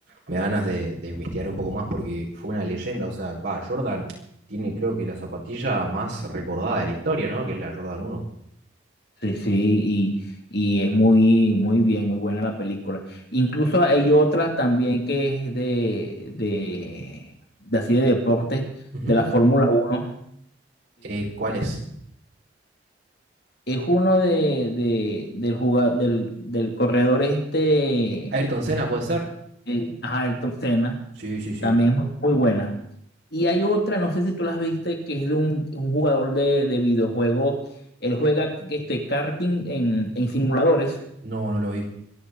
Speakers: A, on the right; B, on the left.
A: Me da ganas de, de investigar un poco más porque fue una leyenda. O sea, va, Jordan tiene creo que la zapatilla más recordada de la historia, ¿no? Que es la Jordan uno.
B: Sí, sí, y, y es muy, muy bien, muy buena la película. Incluso hay otra también que es de, de, de así de deporte,
A: Ujú.
B: de la Fórmula 1,
A: Eh, ¿cuál es?
B: es uno de, de- del, jugador, del, del corredor este,
A: Ayrton Senna, ¿puede ser?
B: eh, ajá, Ayrton Senna,
A: Sí, sí, sí.
B: también es muy buena. Y hay otra, no sé si tú las viste, que es de un, un jugador de, de videojuegos. Él juega este karting en, en simuladores.
A: No, no lo vi.